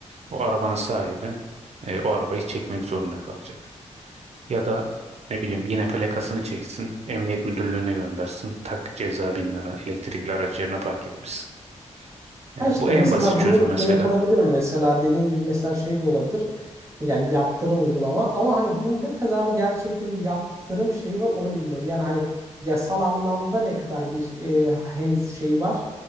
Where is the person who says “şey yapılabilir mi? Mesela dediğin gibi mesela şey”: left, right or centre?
Right